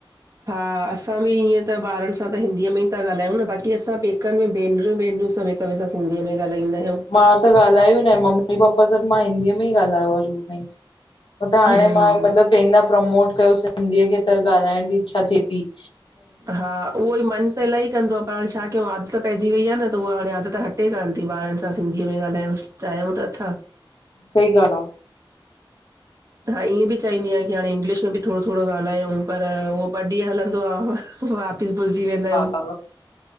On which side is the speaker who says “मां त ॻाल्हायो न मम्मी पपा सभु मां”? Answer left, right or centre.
Left